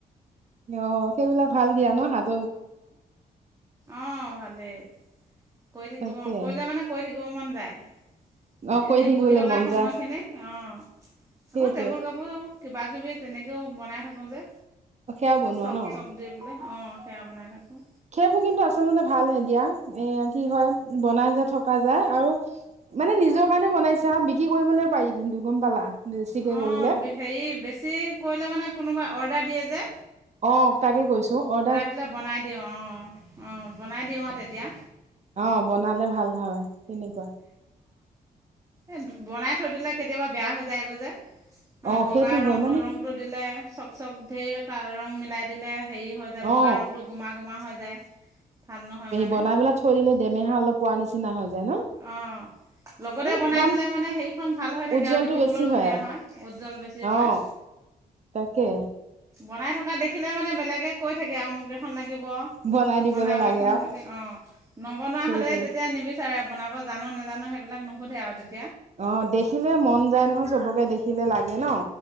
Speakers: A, on the right; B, on the right.
A: অ সেইবিলাক ভাল দিয়া ন হাত
B: অ ভালেই কৰি থাকিব,
A: তাকে
B: কৰিলে মানে কৰি থাকিব মানে যায়।
A: অ কৰি
B: এনেই
A: থাকিবলৈ
B: বহি থকা
A: মন
B: সময়খিনিত
A: যা
B: অ'
A: সেইটোৱে
B: আকৌ টেবুল কাপোৰ কিবা কিবি তেনেকৈও বনাই থাকোঁ যে
A: সেয়া বনোৱা
B: চক
A: ন
B: চক দি পোলে অঁ সেয়া বনাই থাকোঁ
A: সেইবোৰ কিন্তু আচলতে ভালহে দিয়া এ কি হয় বনাই যে থকা যায় আৰু মানে নিজৰ কাৰণে বনাইছা বিক্ৰী কৰিবলৈও পাৰি কিন্তু গ'ম পালা বেছিকে
B: অঁ
A: কৰিলে।
B: হেৰি বেছি কৰিলে মানে কোনোবাই অৰ্ডাৰ দিয়ে যে।
A: অ' তাকে কৈছোঁ অ'।
B: আহিলে বনাই দিওঁ। অ' অ' বনাই দিওঁ, আহ তেতিয়া।
A: অ বনালে ভাল হয় কেনেকুৱা।
B: এ বনাই থৈ দিলে কেতিয়াবা। বেয়া হৈ যায়গৈ যে মানে
A: অ
B: বগা
A: সেইটো হয়
B: ৰং
A: মানে
B: ৰংটো দিলে। চক চক ঢেৰ ৰং মিলাই দিলে হেৰি হৈ যায়
A: অ
B: বগা ৰংটো গোমা গোমা হৈ যায়। ভাল নহয় মানে
A: বনাই বেলাই থৈ দিলে দেমেহা অলপ পোৱা নিচিনা হৈ যায় ন
B: অঁ লগতে
A: এই
B: বনাই
A: দাম
B: দিলে মানে সেইৰিখন ভাল হৈ থাকে
A: উজ্জ্বলটো
B: আৰু দেখিবলৈও
A: বেছি
B: ধুনীয়া
A: আৰু
B: হয় উজ্জ্বল বেছি হয়।
A: অ তাকে।
B: বনাই থকা দেখিলে মানে বেলেগে কৈ থাকে আৰু মোক এখন লাগিব। বনবা
A: বনাই দিবলৈ লাগে
B: মোক
A: আৰু সেইটোৱে
B: এখন দিবা বনাব জানো নাজানো সেইবিলাক নোসোধে আৰু তেয়া
A: অ' দেখিলে মন যায় নহয় চবকে দেখিলে লাগে ন।